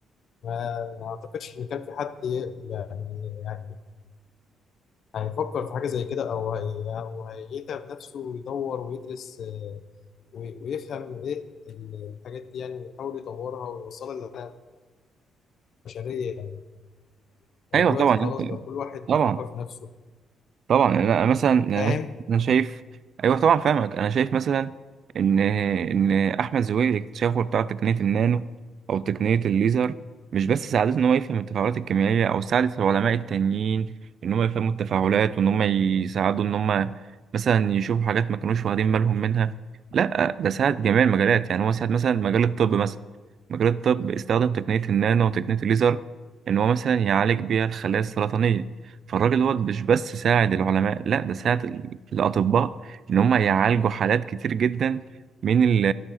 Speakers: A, on the left; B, on the right.
A: ما ما اعتقدش ان كان في حد ي- يعني يعني هيفكر في حاجه زي كده او هي او هيتعب نفسه ويدور ويدرس آه، وي- ويفهم ايه الحاجات دي يعني ويحاول يطورها ويوصلها للبشريه يعني ودلوقتي
B: أيوه طبعا ممكن
A: خلاص بقى كل واحد
B: طبعا
A: بيفكر في نفسه
B: طبعا يعني انا مثلا يعني
A: فاهم
B: مث- انا شايف ايوه طبعا فاهمك انا شايف مثلا ان ان احمد زويل اكتشافه بتاع تقنيه النانو او تقنيه الليزر مش بس ساعدته ان هو يفهم التفاعلات الكيميائيه او ساعدت العلماء التانيين ان هم يفهموا التفاعلات وان هم يساعدوا ان هم مثلا يشوفوا حاجات ما كانوش واخدين بالهم منها لا ده ساعد جميع المجالات يعني هو ساعد مثلا مجال الطب مثلا مجال الطب استخدم تقنيه النانو وتقنيه الليزر ان هو مثلا يعالج بيها الخلايا السرطانيه فالراجل دوت مش بس ساعد العلماء لا ده ساعد ال- الأطباء إن هم يعالجوا حالات كتير جدا من ال